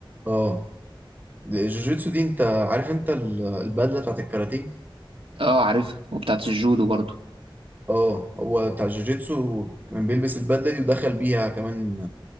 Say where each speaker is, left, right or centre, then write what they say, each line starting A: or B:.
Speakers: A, on the right; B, on the right.
A: أه الجوجيتسو دي أنت عارف أنت ال- البدلة بتاعت الكاراتيه
B: اه عارفها وبتاعت الجودو برضو
A: اه هو بتاع جوجيتسو كان بيلبس البدله دي ودخل بيها كمان